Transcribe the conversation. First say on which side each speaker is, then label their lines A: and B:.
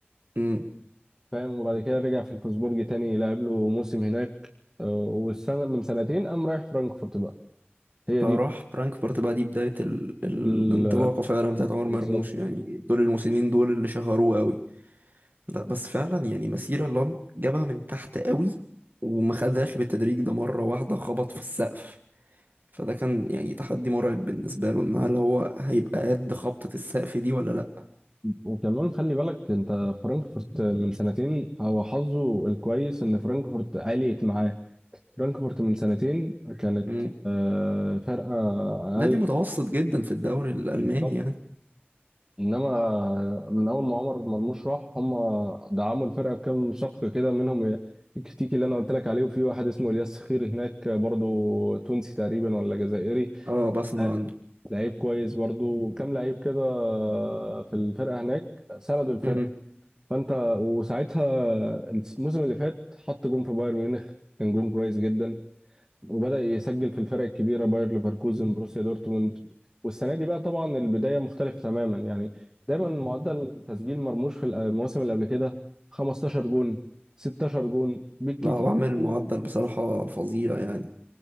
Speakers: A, on the right; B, on the right.
A: امم
B: فاهم وبعد كده رجع في الفوسبورج تاني لعب له موسم هناك آه، والسنة من سنتين قام رايح فرانكفورت بقى هي
A: فراح
B: دي
A: فرانكفورت بقى دي بداية ال... الانطلاقة
B: ال-
A: فعلا بتاعت عمر
B: بالظبط
A: مرموش يعني دول الموسمين دول اللي شهروه قوي لا بس فعلا يعني مسيرة لام جابها من تحت قوي وما خدهاش بالتدريج ده مرة واحدة خبط في السقف فده كان يعني تحدي مرعب بالنسبة له ان هل هو هيبقى قد خبطة السقف دي ولا لا
B: وكمان خلي بالك انت فرانكفورت من سنتين هو حظه الكويس ان فرانكفورت عليت معاه فرانكفورت من سنتين كانت
A: مم.
B: آه، فرقة
A: نادي
B: اقل
A: متوسط جدا في الدوري الألماني
B: بالظبط
A: يعني
B: انما من اول ما عمر مرموش راح هم دعموا الفرقه بكام شق كده منهم الكتيكي اللي انا قلت لك عليه وفي واحد اسمه الياس خير هناك برضو تونسي تقريبا ولا جزائري
A: اه بسمع
B: آه،
A: عنه
B: لعيب كويس برضو كام لعيب كده في الفرقه هناك سندوا الفرقه
A: مم.
B: فانت وساعتها الموسم اللي فات حط جون في بايرن ميونخ كان جون كويس جدا وبدأ يسجل في الفرق الكبيرة باير ليفركوزن بروسيا دورتموند والسنة دي بقى طبعا البداية مختلفة تماما يعني دايما معدل تسجيل مرموش في المواسم اللي قبل كده 15 جون 16 جون بالكتير
A: لا هو عامل معدل
B: أوي.
A: بصراحة فظيع يعني